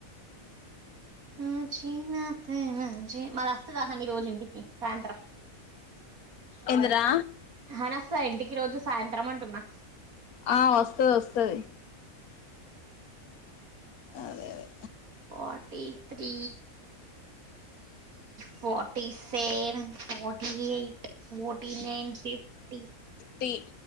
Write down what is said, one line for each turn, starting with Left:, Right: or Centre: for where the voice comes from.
Right: హు చీనాతేనా చి మరి అస్తదా హాని రోజు ఇంటికి సాయంత్రం
Left: ఎంది రా
Right: హానాస్త ఇంటికి రోజు సాయంత్రం అంటున్నా
Left: ఆ వస్తది వస్తది అదే అదే
Right: forty three forty seven Phati eight ఫ ఫిఫ్టీ నైన్ ఫిఫ్టీ
Left: టి